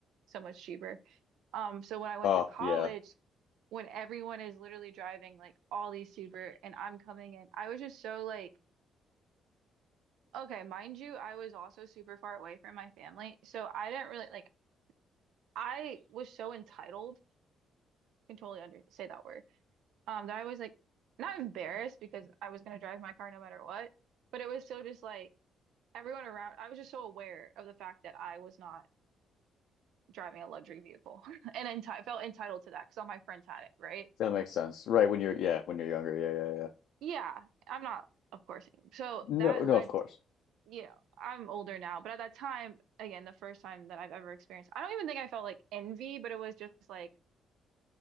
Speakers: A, on the right; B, on the left.
A: so much cheaper. Um, so when I went
B: Oh,
A: to college,
B: yeah.
A: when everyone is literally driving like all these super and I'm coming in, I was just so like, okay, mind you, I was also super far away from my family. So I didn't really like I was so entitled, I can totally under say that word, um, that I was like not embarrassed because I was gonna drive my car no matter what, but it was so just like everyone around, I was just so aware of the fact that I was not driving a luxury vehicle <laughs> and enti felt entitled to that because all my friends had it, right?
B: That makes sense. Right when you're yeah, when you're younger. Yeah, yeah, yeah.
A: Yeah, I'm not, of course. So
B: No,
A: that
B: no,
A: led
B: of course.
A: to, you know, I'm older now, but at that time, again, the first time that I've ever experienced, I don't even think I felt like envy, but it was just like